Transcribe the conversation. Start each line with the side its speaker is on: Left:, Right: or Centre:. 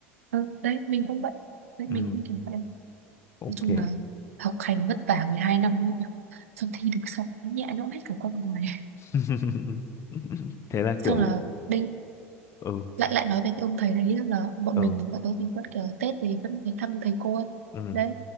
Right: ừ, đấy mình cũng vậy đấy mình
Left: ừ
Right: cũng kiểu vậy
Left: ok
Right: Nói chung là học hành vất vả 12 năm luôn nhỉ. Xong thi được xong nhẹ nhõm hết cả con người. <laughs>
Left: <laughs> thế là
Right: Xong
Left: kiểu
Right: là đến
Left: ừ
Right: lại lại nói về cái ông thầy đấy là bọn
Left: ừ
Right: mình bọn tôi thì vẫn kiểu Tết thì vẫn phải thăm thầy cô ấy.
Left: ừ
Right: Đấy.